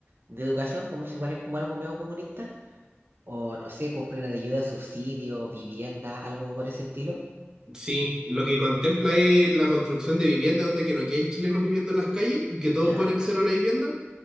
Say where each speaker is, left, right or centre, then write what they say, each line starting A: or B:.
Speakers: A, on the right; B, on the right.
A: de educación, como si igual es como algo medio comunista. O no sé, pues planes de ayuda, subsidio, vivienda, algo por ese estilo.
B: Sí, lo que contempla es la construcción de viviendas donde que no queden chilenos viviendo en las calles y que todos
A: ¿Ya?
B: puedan acceder a la vivienda